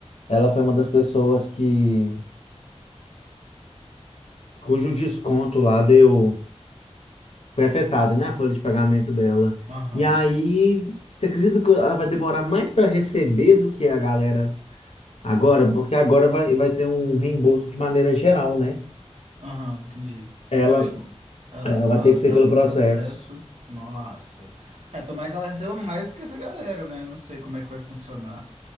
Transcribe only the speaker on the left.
Ela foi uma das pessoas que cujo desconto lá deu Foi afetada, né, a folha de pagamento dela.
E aí, você acredita que ela vai demorar mais para receber do que a galera agora? Porque agora vai, vai ter um reembolso de maneira geral, né?
Ela,
ela
vai
ter que
ser pelo
processo.